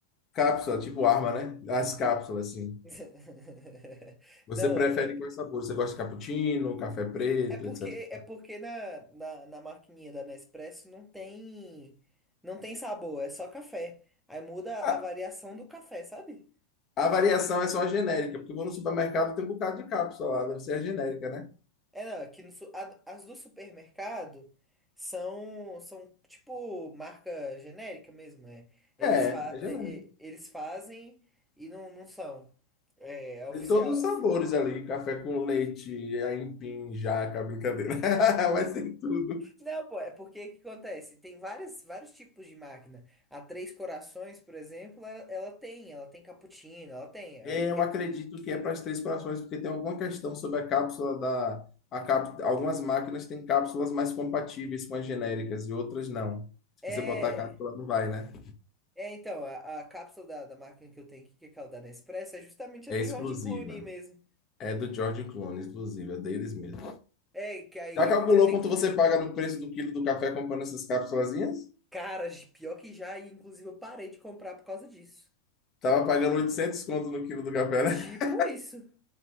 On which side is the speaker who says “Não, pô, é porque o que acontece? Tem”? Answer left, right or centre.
Centre